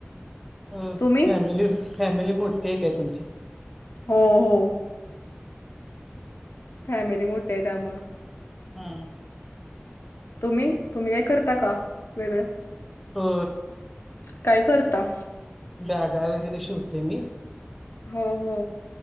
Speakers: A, in the centre; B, on the left.
A: हो
B: तुम्ही
A: फॅमिली फॅमिली मोठी एक आहे तुमची
B: हो हो फॅमिली मोठे आहे त्यामुळ
A: हा
B: तुम्ही तुम्ही काही करता का वेगळं
A: हो
B: काय करता
A: बॅगा वगैरे शिवते मी
B: हो हो